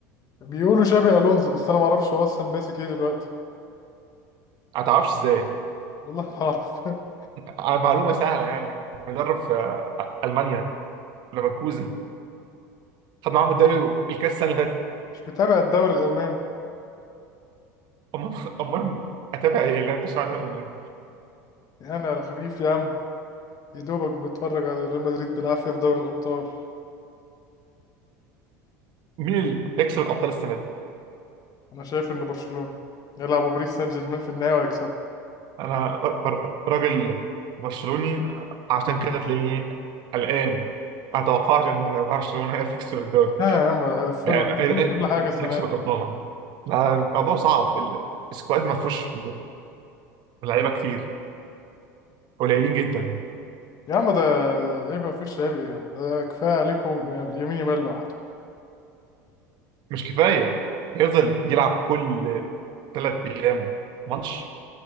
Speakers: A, on the left; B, on the right.
A: بيقولوا شابي ألونزو بس أنا ما أعرفش هو أصلا ماسك إيه دلوقتي
B: ما تعرفش ازاي
A: والله ما أعرف <laughs>
B: على معلومه سهله يعني مدرب في آه، المانيا ليفركوزن خد معاهم الدوري الكاس السنه اللي فاتت
A: مش متابع الدوري الألماني
B: امال <laughs> امال اتابع ايه لا انت شعر...
A: يعني على خفيف يا عم يا دوبك بتفرج على ريال مدريد بالعافية في دوري الأبطال
B: مين اللي هيكسب الابطال السنه دي
A: أنا شايف إن برشلونة يلعبوا باريس سان جيرمان في النهاية ويكسبوا
B: انا ر- ر- راجل برشلوني عشان كده تلاقيني قلقان اتوقعش ان برشلونه هي تكسب الدوري
A: ها يا عم هقفلوا
B: يعني
A: هقفلوا
B: إيه- إيه- إيه
A: كل حاجة السنة
B: تكسب
A: دي.
B: الابطال لا، الموضوع صعب ال- السكواد ما فيهوش لعيبه كتير قليلين جدا يعني.
A: يا عم ده إيه ده ما فيش عيب ايه يا عم ده كفاية عليكم يعني اليمين يمال لوحده
B: مش كفايه يفضل يلعب كل ثلاث ايام ماتش